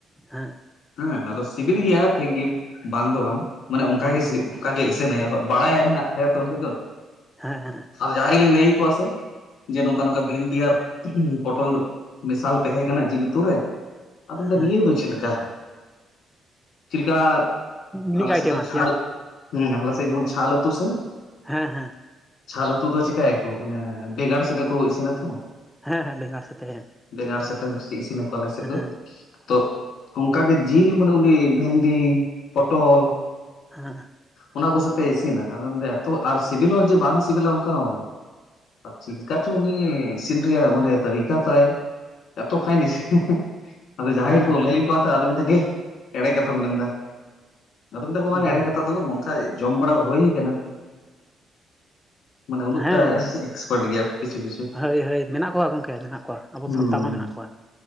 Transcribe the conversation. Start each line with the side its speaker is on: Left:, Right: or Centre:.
Centre: ᱦᱮᱸ
Left: ᱦᱮᱸ ᱟᱫᱚ ᱥᱤᱵᱤᱞ ᱜᱮᱭᱟ, ᱴᱷᱤᱠ ᱜᱤ ᱵᱟᱝ ᱫᱚ ᱵᱟᱝ, ᱢᱟᱱᱮ ᱚᱱᱠᱟ
Centre: ᱦᱮᱸ
Left: ᱜᱮ ᱥᱤ ᱚᱱᱠᱟ ᱜᱮ ᱤᱥᱤᱱ ᱟᱭ ᱵᱟᱲᱟᱭ ᱦᱮᱱᱟᱜ ᱛᱟᱭᱟ ᱛᱚ ᱩᱱᱤᱫᱚ᱾
Centre: ᱦᱮᱸ, ᱦᱮ, ᱸ
Left: ᱟᱫᱚ ᱡᱟᱦᱟᱸᱭ ᱜᱮᱞᱤᱧ ᱞᱟᱹᱭ ᱟᱠᱚᱣᱟ ᱥᱮ, ᱡᱮ ᱱᱚᱝᱠᱟ ᱱᱚᱝᱠᱟ ᱵᱷᱤᱱᱰᱤ ᱟᱨ ᱯᱚᱴᱚᱞ ᱢᱮᱥᱟᱞ ᱛᱟᱦᱮᱸ ᱠᱟᱱᱟ, ᱡᱤᱞ ᱩᱛᱩ ᱨᱮ, ᱟᱫᱚ ᱞᱟᱭᱫ
Centre: ᱦᱮᱸ
Left: ᱱᱤᱭᱟᱹ ᱫᱚ ᱪᱮᱫ ᱞᱮᱠᱟ? ᱪᱮᱫ ᱞᱮᱠᱟ
Centre: ᱤᱱᱤᱠ
Left: ᱟᱞᱮ
Centre: ᱟᱭᱴᱮᱢ
Left: ᱥᱮᱫ ᱫᱚ
Centre: ᱟᱨᱠᱤ
Left: ᱪᱷᱟᱞ, ᱦᱮᱸ ᱟᱞᱮ ᱥᱮᱫ ᱡᱮᱢᱚᱱ ᱪᱷᱟᱞ ᱟᱛᱩ ᱥᱮ,
Centre: ᱦᱮᱸ ᱦᱮᱸ
Left: ᱪᱷᱟᱞ ᱩᱛᱩ ᱫᱚ ᱪᱤᱠᱟ ᱭᱟᱠᱚ ᱢᱟᱱᱮ, ᱵᱮᱜᱟᱨ ᱥᱟᱛᱮ ᱠᱚ ᱤᱥᱤᱱᱟ ᱛᱚ᱾
Centre: ᱦᱮᱸ, ᱦᱮᱸ ᱵᱮᱜᱟᱲ ᱥᱟᱛᱮ ᱦᱮᱸ,
Left: ᱵᱮᱸᱜᱟᱲ ᱥᱮᱫᱛᱮ ᱵᱮᱥᱤ ᱤᱥᱤᱱᱟᱠᱚ ᱟᱞᱮ ᱥᱮᱫ
Centre: ᱦᱮᱸ
Left: ᱫᱚ᱾ ᱛᱚ ᱚᱱᱠ ᱜᱮ, ᱡᱤᱞ ᱢᱟᱱᱮ ᱩᱱᱤ ᱵᱷᱮᱱᱰᱤ, ᱯᱚᱴᱚᱞ,
Centre: ᱦᱮᱸ
Left: ᱚᱱᱟ ᱠᱚ ᱥᱟᱛᱮ ᱤᱥᱤᱱᱟ, ᱟᱫᱚ ᱢᱮᱱᱟ ᱮᱛᱚ ᱟᱨ ᱥᱤᱵᱤᱞ ᱦᱚᱸ ᱡᱮ ᱵᱟᱝ ᱥᱤᱵᱤᱞᱟ ᱚᱱᱠᱟ ᱦᱚᱸ ᱵᱟᱝ᱾ ᱪᱤᱞᱠᱟ ᱪᱚ ᱩᱱᱤ ᱤᱥᱤᱱ ᱨᱮᱭᱟᱜ ᱢᱟᱱᱮ ᱛᱟᱨᱤ ᱠᱟ ᱛᱟᱭ ᱮᱛᱚ ᱯᱷᱟᱭᱤᱱ, ᱤᱥᱤᱱ ᱟᱫᱚ ᱡᱟᱦᱟᱸᱟᱭ
Centre: ᱦᱮᱸ
Left: ᱠᱚ ᱞᱟᱹᱭ ᱠᱚᱼᱟ ᱟᱫᱚᱢ ᱱᱮ ᱮᱲᱮ ᱠᱟᱛᱷᱟᱢ ᱢᱮᱱᱫᱟ, ᱟᱫᱚ ᱢᱮᱛᱟ ᱠᱚᱣᱟ
Centre: ᱵᱟᱝ
Left: ᱮᱲᱮ ᱠᱟᱛ
Centre: ᱵᱟᱝ
Left: ᱱᱚᱝᱠᱟ ᱡᱚᱢ ᱵᱟᱲᱟ ᱦᱩᱭ ᱟᱠᱟᱱᱟ᱾ ᱢᱟᱱᱮ ᱩᱱᱟᱹᱜᱴᱟ
Centre: ᱦᱮᱸ
Left: ᱮᱠᱥᱯᱟᱨᱴ ᱜᱮᱭᱟ ᱠᱤᱪᱷᱩ ᱠᱤᱪᱷᱩ
Centre: ᱦᱳᱭ, ᱦᱳᱭ, ᱢᱮᱱᱟᱜ ᱠᱚᱣᱟ ᱜᱚᱝᱠᱮ ᱢᱮᱱᱟᱜ ᱠᱚᱣᱟ, ᱟᱵᱚ
Left: ᱦᱩᱸ
Centre: ᱥᱟᱱᱛᱟᱲ ᱦᱚᱸ ᱢᱮᱱᱟᱜ ᱠᱚᱣᱟ,